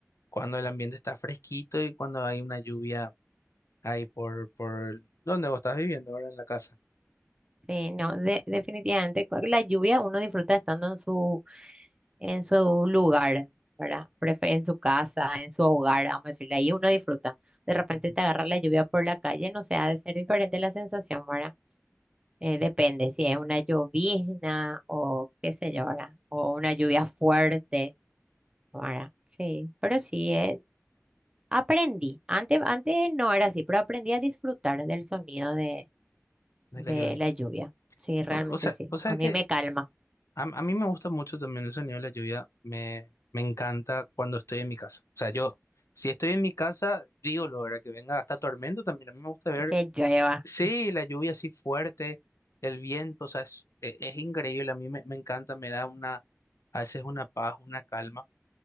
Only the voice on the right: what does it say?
Sí, no, de- definitivamente con la lluvia uno disfruta estando en su, en su lugar, ¿verdad? Prefe- en su casa, en su hogar, vamos a decirle, ahí uno disfruta. De repente
te agarra la lluvia por la calle, no sé, ha de ser diferente la sensación, ¿verdad? Eh, depende si es una llovizna o qué sé yo, ¿verdad? O una lluvia fuerte, ¿verdad? Sí, pero sí, eh, aprendí. Antes, antes no era así, pero aprendí a disfrutar del sonido de,
de
la lluvia. Sí, realmente
sí.
A mí
me calma.
que llueva.